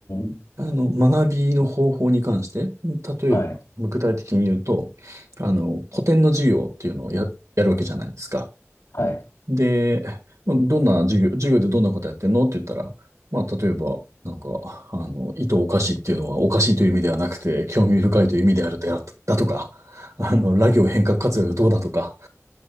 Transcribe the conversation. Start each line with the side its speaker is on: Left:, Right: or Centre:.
Left: ん。
Right: あの、学びの方法に関して、例えば、
Left: はい。
Right: 具体的に言うと、あの、古典の授業っていうのをや、やるわけじゃないですか。
Left: はい。
Right: で、まあどんな授業、授業でどんなことやってんのって言ったら、まあ、例えば、なんか、あの、意図おかしいっていうのはおかしいという意味ではなくて、興味深いという意味であるだ、だとか、あの、ラ行変革活用がどうだとか、